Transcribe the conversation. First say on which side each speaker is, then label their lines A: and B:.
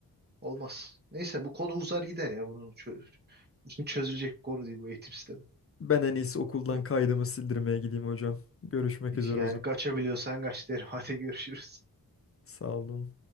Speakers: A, on the right (about 25°); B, on the left (about 35°).
A: Olmaz. Neyse bu konu uzar gider ya. Bunun çö- çözülecek bir konu değil bu eğitim sistemi.
B: Ben en iyisi okuldan
A: Yok,
B: kaydımı sildirmeye gideyim hocam. Görüşmek üzere
A: Yani
B: o zaman.
A: kaçabiliyorsan kaç derim. <laughs> Hadi görüşürüz.
B: Sağ olun.